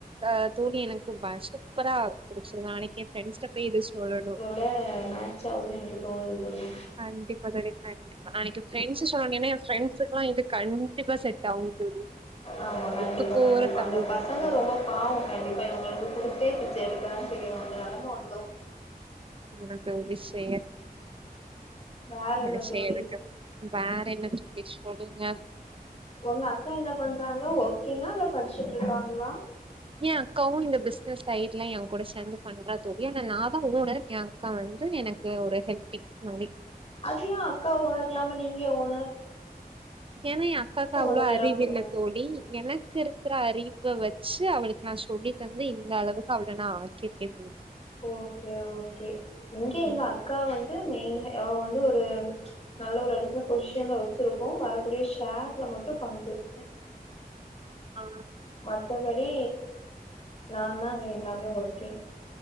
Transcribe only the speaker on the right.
அ தோழி எனக்கு சூப்பரா பிடிசிது நாளைக்கு எ ப்ரெண்ஸ்ட்ட போய் இத சொல்லணு
கண்டிப்பா தோழி கண்டிப்பா அன்னைக்கு ஃப்ரெண்ட்ஸ் சொன்னோனமே ஏ ஃப்ரண்ட்ஸ்க்லா எடு கண்டிப்பா செட் ஆவு தோழி
ஒத்து போற
கவித
தோழி
இன்ன தோழி செய்யா
என் செய்ய
இருக்கு வேற என்ன தோழி சொல்லுங்க
ஏ அக்காவு இந்த பிசனஸ் சைட்லா ஏ கூட சேந்து பண்றா தோழி ஆன நாதா ஓனர் ஏ அ கா வந்து எனக்கு ஒரு ஹெல்ப்டிக் மாரி
ஏனா எ அக்காக்கு அவ்ளோ
அறிவு
இல்ல தோழி எனக்கு இருக்கிற அறிவ வச்சி அவளுக் நா சொல்லி தந்து இந்த அளவுக்கு அவள நா ஆக்கிருக்கே தோழி
ம்.
ஆ